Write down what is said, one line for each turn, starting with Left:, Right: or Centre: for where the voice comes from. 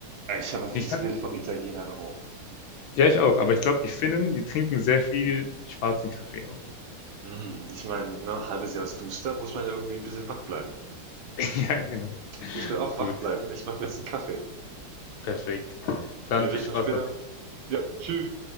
Right: ich habe einfach
Left: Ich
Right: dieses
Left: kann,
Right: Bild vom Italiener in Rom.
Left: ja, ich auch, aber ich glaube, die Finnen, die trinken sehr viel schwarzen Kaffee auch.
Right: Hm, ich meine, ne, halbes Jahr ist duster, muss man ja irgendwie ein bisschen wach bleiben.
Left: <laughs> ja, genau.
Right: Ich will auch
Left: Gut.
Right: wach bleiben. Ich mache mir jetzt einen Kaffee.
Left: Perfekt. Dann
Right: Wir erwischen
Left: viel Spaß
Right: uns später.
Left: dabei. Ja.
Right: Ja, tschü